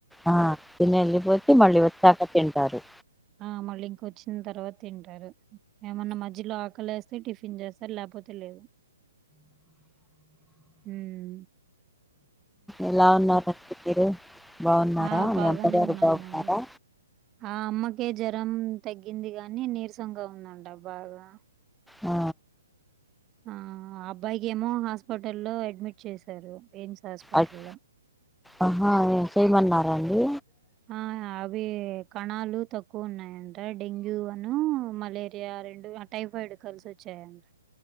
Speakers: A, in the centre; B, on the right (about 20°).
A: ఆ తిని వెళ్ళిపోతే మళ్ళీ వచ్చాక తింటారు
B: ఆ మళ్ళీ ఇంకొచ్చిన తర్వాత తింటారు ఏమన్నా మధ్యలో ఆకలి వెస్త టిఫిన్ చేస్తారు లేకపోతే లేదు ఉం
A: ఎలా ఉన్నారండి మీరు బావున్నారా
B: ఆ
A: మీ
B: బాగానే
A: అమ్మగారు
B: ఉన్నామండి
A: బాగున్నారా
B: ఆ అమ్మకే జ్వరం తగ్గింది గానీ నీరసంగా ఉందంట బాగా
A: ఆ
B: ఆ అబ్బాయికి ఏమో హాస్పిటల్లో అడ్మిట్ చేశారు ఎయిమ్స్ హాస్పిటల్లో
A: అట్ ఆహా చేయమన్నారండి
B: ఆ అవి కణాలు తక్కువ ఉన్నాయంట డెంగ్యూ అను మలేరియా రెండు టైఫాయిడ్ కలిసి వచ్చాయంట